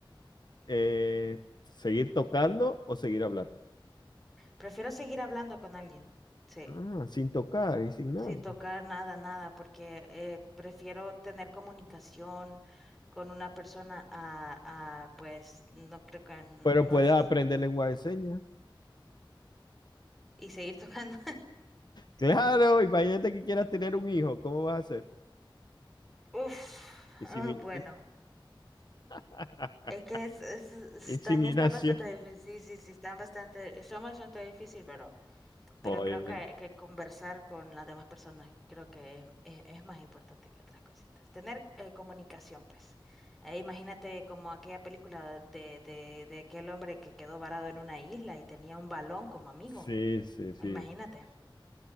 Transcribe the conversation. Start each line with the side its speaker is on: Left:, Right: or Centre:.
Left: eh, seguir tocando o seguir hablando?
Centre: Prefiero seguir hablando con alguien, sí,
Left: Ah, sin tocar y sin nada.
Centre: sin tocar nada, nada, porque eh, prefiero tener comunicación con una persona a, a, pues, no creo que n-
Left: Pero
Centre: no
Left: puedes
Centre: necesito.
Left: aprender lenguaje de señas.
Centre: Y seguir tocando.
Left: Claro, imagínate que quieras tener un hijo, ¿cómo vas a hacer?
Centre: <laughs> Uf,
Left: Insemi-
Centre: ah, bueno,
Left: <laughs>
Centre: es que es, es- están,
Left: Inseminación.
Centre: están bastante difíciles, sí, sí, sí, están bastante, son bastante difíciles, pero...
Left: Pues,
Centre: Pero creo que, que conversar con las demás personas creo que es, es- es más importante que otras cositas. Tener eh, comunicación, pues. Eh, imagínate como aquella película de, de, de aquel hombre que quedó varado en una isla y tenía un balón como amigo.
Left: sí, sí, sí.
Centre: Imagínate.